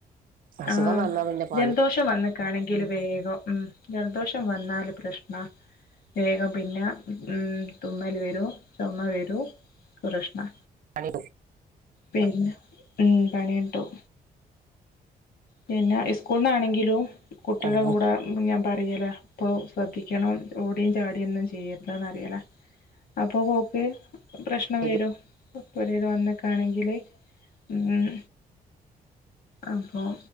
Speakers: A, on the right (about 60°); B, on the left (about 75°).
A: അസുഖം
B: ആ
A: വന്നാ പിന്നെ പണി
B: ജലദോഷംവന്നക്കാണെങ്കി വേഗം ഉം ജലദോഷം വന്ന ന്നാലും പ്രശ്ണാ വേഗം പിന്നെ ഉം തുമ്മല് വരൂ ചോമ വരൂ ഒക്കേ പ്രശ്ണാ
A: പണി
B: പിന്നെ ഉം പണിട്ടും പിന്നെ ഇസ്കൂളിന്നാണെങ്കിലു കുട്ടിളെ
A: ഉം
B: കൂടെ
A: ആഹ്
B: ഞമ്മ് പറയലാ അപ്പോ ശ്രദ്ധിക്കണം ഓടിം ചാടിം ഒന്നും ചെയ്യരുതന്ന് അറിയല അപ്പൊ ഓക്ക് പ്രശ്നം
A: ശരിയാണ്
B: വരും പൊരേല് വന്നക്കാണെങ്കില് മ്മ് അപ്പോം